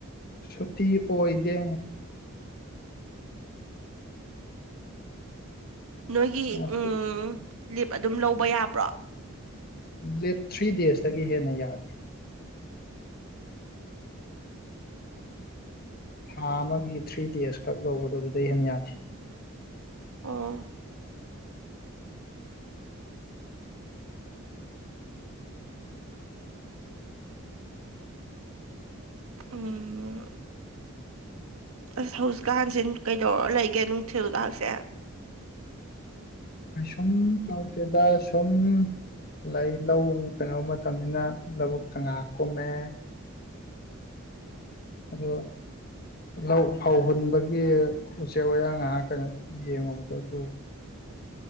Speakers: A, on the left; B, on the right.
A: ꯁꯨꯇꯤ ꯑꯣꯏꯗꯦ
B: ꯅꯣꯏꯒꯤ
A: ꯉꯁꯤ
B: ꯎꯝ ꯂꯤꯞ ꯑꯗꯨꯝ ꯂꯧꯕ ꯌꯥꯕ꯭ꯔꯣ
A: ꯂꯤꯞ ꯊ꯭ꯔꯤ ꯗꯦꯖꯇꯒꯤ ꯍꯦꯟꯅ ꯌꯥꯗꯦ ꯊꯥ ꯑꯃꯒꯤ ꯊ꯭ꯔꯤ ꯗꯦꯖ ꯈꯛ ꯂꯧꯕꯗꯣ ꯑꯗꯨꯗꯩ ꯍꯦꯟꯅ ꯌꯥꯗꯦ
B: ꯑꯣ ꯎꯝ ꯑꯁ ꯍꯧꯖꯤꯛ ꯀꯥꯟꯁꯦ ꯀꯩꯗꯧꯔ ꯂꯩꯒꯦ ꯅꯨꯡꯊꯤꯜ ꯂꯥꯛꯁꯦ
A: ꯁꯨꯝ ꯇꯥꯎꯇꯦꯗ ꯁꯨꯝ ꯂꯩ ꯂꯧ ꯀꯩꯩꯅꯣ ꯃꯇꯝꯅꯤꯅ ꯂꯧꯕꯨꯛꯇ ꯉꯥꯏꯍꯥꯛ ꯀꯨꯝꯃꯦ ꯑꯗꯣ ꯂꯧ ꯐꯧ ꯍꯨꯟꯕꯒꯤ ꯎꯆꯦꯛ ꯋꯥꯌꯥ ꯉꯥꯏꯍꯥꯛꯇꯪ ꯌꯦꯡꯉꯨꯕꯗꯣ ꯑꯗꯨ <inaudible>